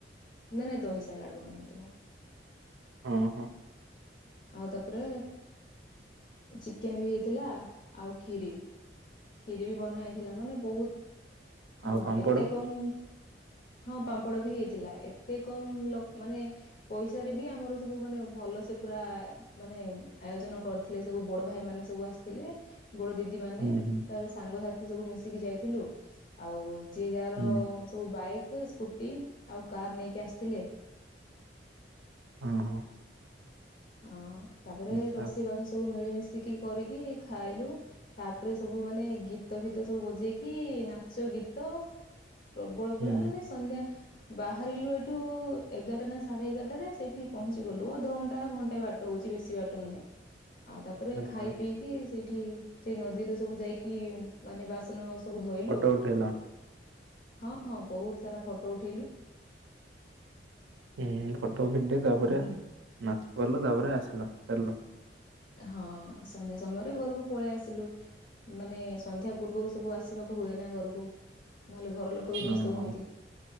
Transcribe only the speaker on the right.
ହଁ ହଁ।
ଆଉ ପାମ୍ପଡ଼
ହୁଁ ହୁଁ
ହୁଁ
ହଁ ହଁ।
ଆଚ୍ଛା
ହୁଁ
ଆଚ୍ଛା
ଫଟୋ ଉଠେଇଲ
ହୁଁ ଫଟୋ ଫି ତାପରେ ନାଚ କରଲ ତାପରେ ଆସିଲ ଫେରିଲ।
ଓହୋ